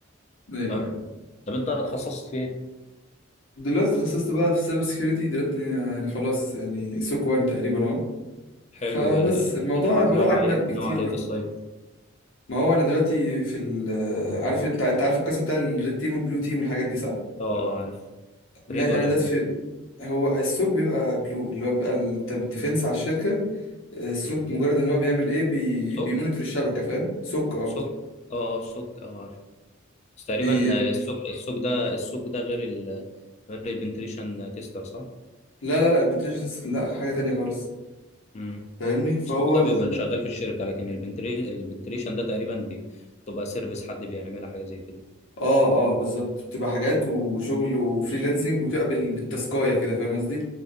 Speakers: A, on the left; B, on the left.
A: ايوه
B: أه. طب انت اتخصصت في ايه؟
A: دلوقتي اتخصصت بقى في السايبر سكيورتي دلوقتي يعني خلاص يعني سوك وان تقريبا اهو
B: حلو
A: فبس
B: آه،
A: الموضوع
B: نوع
A: الموضوع
B: نوع
A: اجمل
B: عليه
A: بكتير
B: نوع عليه
A: بقى
B: في السايب
A: ما هو انا دلوقتي في ال عارف انت انت عارف القصه بتاع الريد تيم والبلو تيم والحاجات دي صح؟
B: اه عارف
A: ما
B: ريد
A: انا
B: ولا
A: دلوقتي
B: بلو؟
A: في هو السوك بيبقى بلو اللي هو بيبقى ال- انت بالديفنس على الشركه السوك
B: مم.
A: مجرد ان هو بيعمل ايه بي...
B: سوك
A: بيمونيتور الشبكه فاهم؟ سوك اه
B: سوك اه آه، سوك اه عارف بس تقريبا
A: بي
B: آه، السوك السوك ده السوك ده غير ال غير البنتريشن تيستر صح؟
A: لا لا لا البنتاج لا حاجه تانية خالص
B: مم.
A: فاهمني فهو
B: السوك ده بيبقى شغال في الشركه لكن البنتري البنتريشن ده تقريبا بي- بتبقى سيرفيس حد بيعملها حاجه زي كده
A: اه اه بالظبط بتبقى حاجات وشغل وفريلانسنج وتقبل بالتاسكايه كده فاهم قصدي